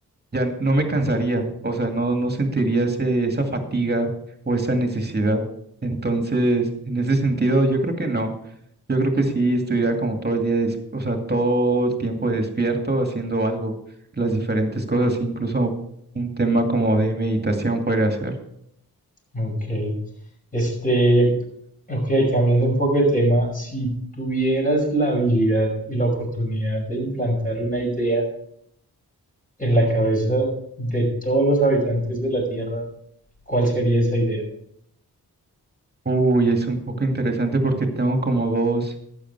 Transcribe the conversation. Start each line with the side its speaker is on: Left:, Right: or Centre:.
Right: ya no me cansaría, o sea, no, no sentiría ese, esa fatiga o esa necesidad. Entonces, en ese sentido, yo creo que no. Yo creo que sí estuviera como todo el día, des- o sea, todo el tiempo despierto haciendo algo, las diferentes cosas, incluso un tema como de meditación podría ser.
Left: Ok. Este, ok, cambiando un poco de tema, si tuvieras la habilidad y la oportunidad de implantar una idea en la cabeza de todos los habitantes de la Tierra, ¿cuál sería esa idea?
Right: Uy, es un poco interesante porque tengo como dos